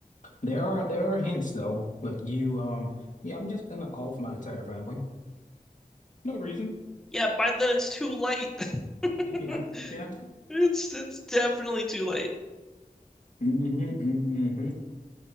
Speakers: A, on the left; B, in the centre.
A: There are there are hints though. Like you um yeah, I'm just gonna off my entire family. No reason.
B: Yeah, by then it's too late. <laughs>
A: Yeah, yeah.
B: It's it's definitely too late.
A: Mm-hmm, hmm